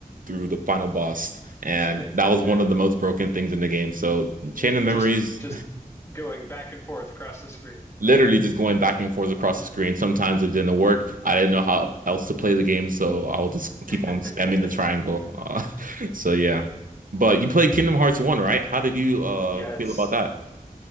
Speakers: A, on the right; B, on the left.
A: through the final boss, and
B: <laughs>
A: that was one of the most broken things in the game. So, chain of memories
B: Just just going back and forth across the screen.
A: literally just going back and forth across the screen. Sometimes it didn't work. I didn't know how else to play the game, so I'll just keep
B: <laughs>
A: on spamming the triangle. Uh, <laughs> so yeah. But you played Kingdom Hearts 1, right? How did you uh
B: Yes.
A: feel about that?